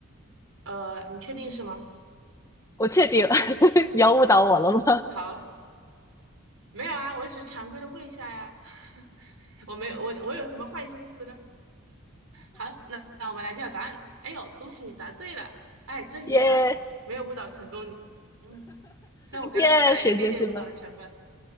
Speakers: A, on the right (about 80°); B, on the left (about 15°).
A: 呃，你确定是吗？
B: 我确定了，<laughs> 你要误导我了吗？
A: 好，没有啊，我只是常规的问一下呀。<laughs> 我没有，我我有什么坏心思呢？好，那那我们来揭晓答案。哎呦，恭喜你答对了！哎，真遗憾，
B: 耶
A: 没有误导成功你。嗯，虽然我刚才是带了一点点误导的成分。
B: 耶，神经细胞。